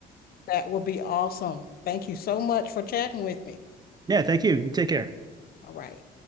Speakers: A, on the left; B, on the right.
A: That would be awesome. Thank you so much for chatting with me.
B: Yeah, thank you. You take care.
A: All right.